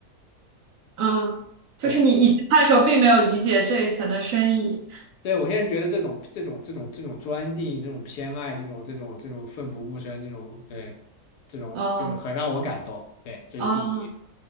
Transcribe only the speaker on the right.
嗯，就是你以前看的时候并没有理解这一层的深意。
哦
哦，